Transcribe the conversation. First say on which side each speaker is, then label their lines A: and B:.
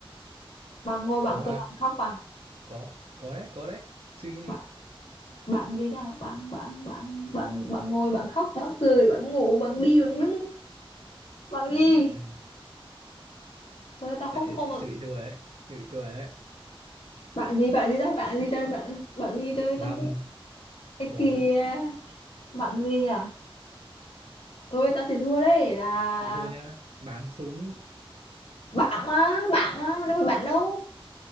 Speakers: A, on the left (about 75°); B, on the right (about 85°).
A: Bạn ngồi bạn
B: có mà
A: cười bạn khóc bạn
B: có có đấy có đấy suy nghĩ đi
A: bạn bạn gì đó bạn bạn bạn bạn bạn ngồi bạn khóc bạn cười bạn ngủ bạn đi bạn đứng bạn gì
B: <laughs>
A: rồi tao không
B: lại
A: không
B: chuẩn bị thua đấy chuẩn bị thua rồi đấy
A: bạn gì bạn gì ra bạn gì đây bạn bạn gì đây
B: năm
A: tao không Cái
B: bốn
A: kia bạn gì nhỉ? Thôi tao chỉ thua đấy là
B: chịu thua nhá báng súng
A: bạn á, bạn á, đâu phải bạn đâu.